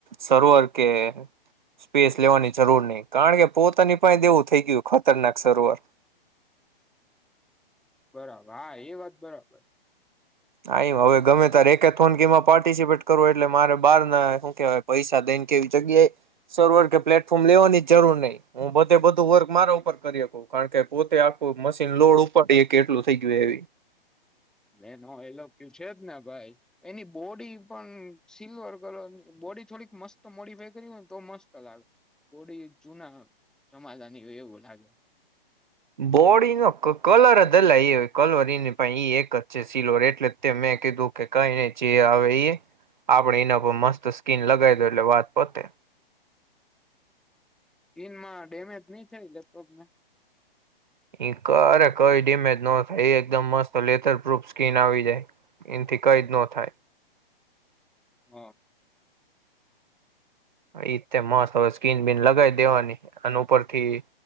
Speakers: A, on the right (about 50°); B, in the centre.
A: સર્વર કે સ્પેસ લેવાની જરૂર નહી કારણ કે પોતાની પા દેવું થઈ ગયું ખતરનાક સર્વર
B: બરાબર હા એ વાત બરાબર
A: આ એ હવે ગમે ત રેથોનીમાં પાર્ટિસિપેટ કરવો એટલે મારે બાર ના શું કેવાય પૈસા દઈને કે એવી જગ્યાએ સર્વર કે પ્લેટફોર્મ લેવાની જ જરૂર નહીિ હું બધે બધું વર્ક મારા ઉપર કરીક કારણ કે પોતે આખું મશીન લોડ ઉપાડી કે એટલું થઈ ગયું એવી
B: એનો એલો છે જને ભાઈ એની બોડી પણ સિલ્વર કલર બોડી થોડીક મસ્ત મોડીફાય કરી હોયને તો મસ્ત લાગે બોડી જુના જમાલાની હોય એવું લાગે
A: બોડીનો કલર જલા એ કલર એને એ એક જ છે સીલવર એટલે તે મેં કીધું કે કઈને જે આવે એ આપણેે એના પર મસ્ત સ્કીિન લગાવી દો એટલે વાત પોતે
B: સ્કીનમાં ડેમેજ નહી થઈ લેપટોપ ને
A: એ અરે કઈ ડેમેજ ન થાય એ એકદમ મસ્ત લેથર પ્રૂફ સ્કીિન આવી જાય એથી કઈ જ ન થાય
B: હા
A: ઈતે મસ્ત હવે સ્કીન બીન લગાવી દેવાની અને ઉપરથી